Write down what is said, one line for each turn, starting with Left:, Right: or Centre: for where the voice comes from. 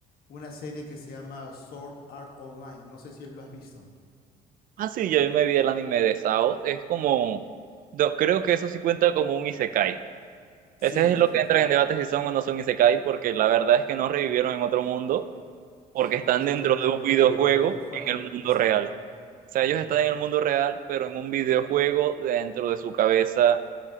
Left: una serie que se llama Sword Art Online. No sé si lo has visto.
Right: Ah, sí, yo me vi el anime de Sao. Es como, no, creo que eso sí cuenta como un isekai.
Left: Sí,
Right: Ese
Left: en
Right: es
Left: definitiva.
Right: lo que entra en debate si son o no son isekai, porque la verdad es que no revivieron en otro mundo, porque
Left: Sino
Right: están
Left: que entraron
Right: dentro de
Left: a los
Right: un
Left: videojuegos.
Right: videojuego
Left: Videojuego,
Right: en el mundo
Left: exacto.
Right: real. O sea,
Left: Ujú,
Right: ellos están en el mundo real, pero en un videojuego dentro de su cabeza